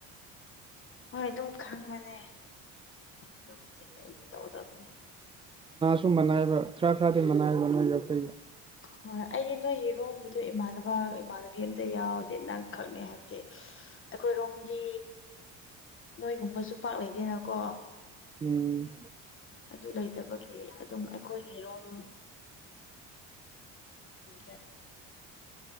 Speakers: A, on the left; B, on the right.
A: ꯍꯣꯏ ꯑꯗꯨꯝ ꯈꯪꯕꯅꯦ ꯒꯤꯅꯤ ꯀꯗ ꯇꯎꯗꯕꯅꯦ
B: ꯁꯨꯝ ꯃꯅꯥꯏꯕ ꯈꯔ ꯈꯔꯗꯤ ꯃꯅꯥꯏꯕ ꯅꯣꯏꯒ ꯑꯩꯈꯣꯏꯒ
A: ꯍꯣꯏ ꯑꯩꯗꯤ ꯅꯣꯏꯒꯤꯔꯣꯝꯒꯤꯗꯣ ꯏꯃꯥꯟꯅꯕ ꯏꯃꯥꯟꯅꯕꯤ ꯑꯝꯇ ꯌꯥꯎꯗꯤ ꯅꯪ ꯈꯪꯅꯩ ꯍꯥꯏꯕꯗꯤ ꯑꯩꯈꯣꯏꯔꯣꯝꯗꯤ ꯅꯣꯏꯒꯨꯝꯕꯁꯨ ꯄꯥꯛ ꯂꯩꯇꯦꯅꯀꯣ
B: ꯎꯝ
A: ꯑꯗꯨ ꯂꯩꯇꯕꯒꯤ ꯑꯗꯨꯝ ꯑꯩꯈꯣꯏꯒꯤ ꯔꯣꯜ ꯗ <unintelligible>